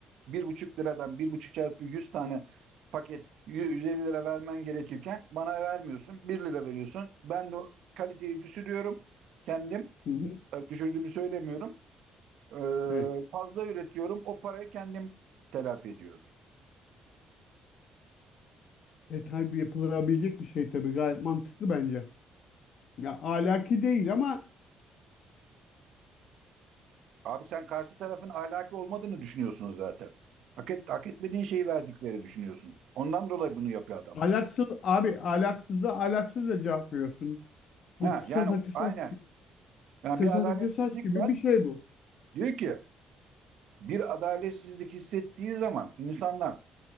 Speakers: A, on the right (about 75°); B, on the left (about 65°).
A: bir buçuk liradan bir buçuk çarpı 100 tane paket yü- 150 lira vermen gerekirken bana vermiyorsun. bir lira veriyorsun. Ben de o kaliteyi düşürüyorum kendim.
B: Hı hı.
A: e, Düşürdüğümü söylemiyorum. Ee,
B: Evet.
A: fazla üretiyorum. O parayı kendim telafi ediyorum.
B: E tabii yapılabilecek bir şey tabii gayet mantıklı bence. Ya ahlaki değil ama
A: Abi sen karşı tarafın ahlaki olmadığını düşünüyorsun zaten. Hak, et, hak etmediğin şeyi verdikleri düşünüyorsun. Ondan dolayı bunu yapıyor adam.
B: ahlaksız abi ahlaksızda ahlaksız da cevap veriyorsun.
A: Ha,
B: Bu kısasa
A: yani
B: kısas
A: aynen.
B: gibi,
A: Yani
B: kısasa
A: bir adaletsizlik
B: kısas gibi
A: var.
B: bir şey bu.
A: Diyor ki bir adaletsizlik hissettiği zaman insanlar